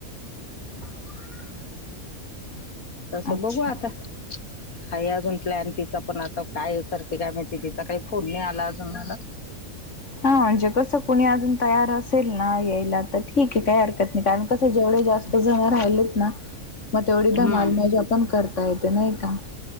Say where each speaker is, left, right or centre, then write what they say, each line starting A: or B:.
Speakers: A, on the left; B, on the left.
A: <inaudible> तसं
B: अच्छा.
A: बघू आता. आहे अजून प्लॅन तिचा पण आता काय करते काय माहिती तिचा काही फोन नाही आला अजून मला.
B: हा म्हणजे कस कुणी अजून तयार असेल ना या यला ठीक आहे काही हरकत नाही कारण कस जेवढं जास्त जण राहिलेत ना मग तेवढी धमाल
A: हम्म
B: मजा पण करता येते नाही का?